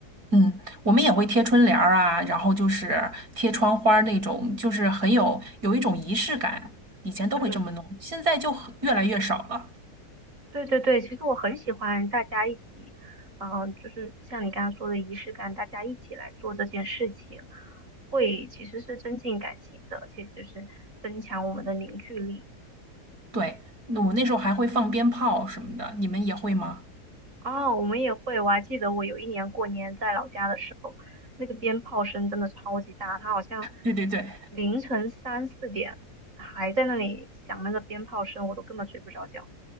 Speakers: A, on the right; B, on the right.
A: 嗯，我们也会贴春联儿啊，然后就是贴窗花儿那种，就是很有有一种仪式感。以前都会这么弄，
B: 嗯，
A: 现在就很越来越少了。
B: 对对对，其实我很喜欢大家一起，嗯、就是像你刚刚说的仪式感，大家一起来做这件事情。会其实是增进感情的，而且就是增强我们的凝聚力。
A: 对，那我那时候还会放鞭炮什么的，你们也会吗？
B: 哦，我们也会，我还记得我有一年过年在老家的时候，那个鞭炮声真的超级大，它好像
A: 对对对
B: 凌晨三四点还在那里响那个鞭炮声，我都根本睡不着觉。